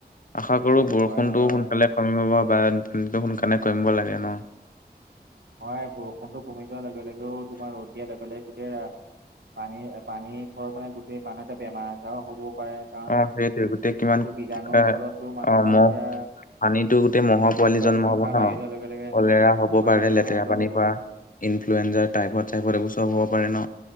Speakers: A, on the left; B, on the right.
A: আশা কৰো বৰষুণটো
B: হয় হয়
A: সোনকালে কমিব বানপানীটো সোনকালে কমিব লাগে ন।
B: হয় বৰষুণটো কমি যোৱাৰ লগে লগেও তোমাৰ ৰ'দ দিয়াৰ লগে লগে গোটেই ৰা পানী পানী হল মানে গোটেই বানতে বেমাৰ আজাৰ হ'ব। পাৰে কাৰণ
A: অ সেইটোৱে গোটেই কিমান
B: বহুতো বীজাণুৰ
A: এ
B: ফলতো মানুহৰ
A: অ মহ
B: এতিয়া
A: পানীতো গোটেই মহ'ৰ পোৱালি জন্ম
B: সংখ্যা
A: হব ন
B: বাঢ়ি যোৱাৰ লগে লগে
A: কলেৰা হব
B: মানুহৰ
A: পাৰে
B: বেমাৰ
A: লেতেৰা
B: আজাৰ
A: পানীৰ
B: হ'ব
A: পৰা। ইনফ্লয়েঞ্জাৰ টাইফইত চাইফইত এইবোৰ চব হ'ব পাৰে ন,